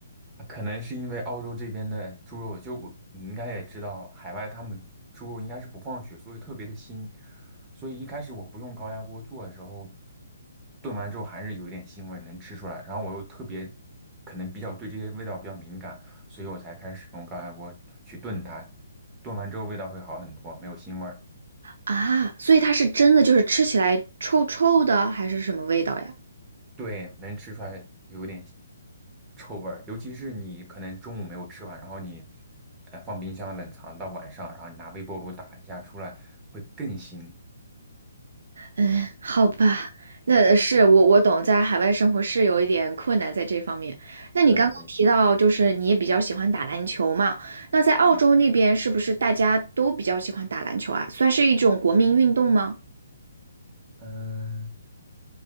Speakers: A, on the right; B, on the right.
A: 可能是因为澳洲这边的猪肉，就我你应该也知道，海外他们猪肉应该是不放血，所以特别的腥。所以一开始我不用高压锅做的时候，炖完之后还是有一点腥味能吃出来。然后我又特别可能比较对这些味道比较敏感，所以我才开始使用高压锅去炖它。炖完之后味道会好很多，没有腥味儿。
B: 啊，所以它是真的就是吃起来臭臭的，还是什么味道呀？
A: 对，能吃出来有点臭味儿，尤其是你可能中午没有吃完，然后你呃放冰箱冷藏到晚上，然后你拿微波炉打一下出来，会更腥。
B: 嗯，好吧，那是我我懂，在海外生活是有一点困难在这方面。那你刚刚提到，
A: 对对，
B: 就是你也比较喜欢打篮球嘛？那在澳洲那边是不是大家都比较喜欢打篮球啊？算是一种国民运动吗？
A: 嗯、